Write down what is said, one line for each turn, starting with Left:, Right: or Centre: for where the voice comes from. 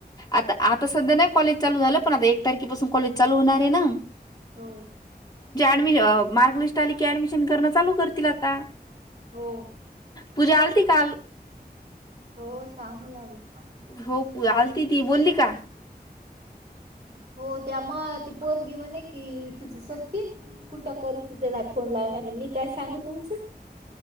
Left: आता आता सध्या नाही कॉलेज चालू झालं पण आता एक तारखेपासून कॉलेज चालू होणार आहे ना.
Right: हो.
Left: आणि मी मार्कलिस्ट आली की ऍडमिशन करनं चालू करतील आता.
Right: हो
Left: पूजा आलती काल.
Right: हो सांगलावी.
Left: हो आलती ती, बोल्ली का?
Right: हो त्या म ती पोरगी म्हणे कि तिची सक्की- कुठं करू कुठे नाय फोन लावणारे मी काय सांगू तुमचं.